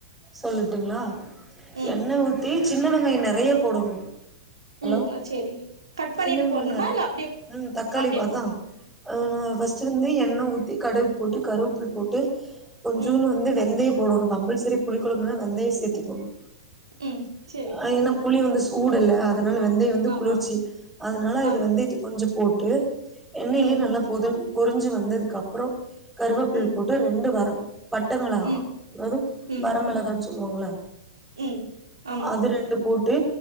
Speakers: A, in the centre; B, on the right (about 85°).
A: சொல்லுட்டுங்ளா
B: ம்
A: எண்ண ஊத்தி சின்ன வெங்காயோ நெறைய போடணு ஹலோ
B: ம் சேரி கட் பண்ணிட்டு
A: சின்ன வெங்காயோ
B: போடணுமா
A: நெறைய
B: இல்ல அப்டியே
A: ம் தக்காளி
B: அப்டியே
A: இப்ப அதா
B: போ
A: ஆ நா ஃபர்ஸ்ட் இருந்து எண் எண்ண ஊத்தி கடுகு போட்டு கருவேப்புல் போட்டு கொஞ்சூன்னு
B: ம்
A: வந்து வெந்தயப் போடணு கம்பல்சரி புளி கொழம்புனா வெந்தயோ சேத்திக்கோங்க
B: ம் சரி
A: அ என்னா புளி வந்து ஊடல்ல அத் அதனால வெந்தயோ வந்து
B: ஆமா
A: குளிர்ச்சி
B: ஆமா
A: அதனால இது
B: ஆமா
A: வெந்தயத்துக் கொஞ்சோ போட்டு எண்ணெய்லயே
B: ம்
A: நல்லா பொதஞ் புரிஞ்சு வந்ததுக்கு அப்றோ கருவேப்பல்
B: ம்
A: போட்டு ரெண்டு வரம் பட்ட மிளகா
B: ம்
A: அதாவ்து
B: ம்
A: வரமிளகான்னு சொல்வாங்கல்ல
B: ம் ஆமா
A: அது ரெண்டு போட்டு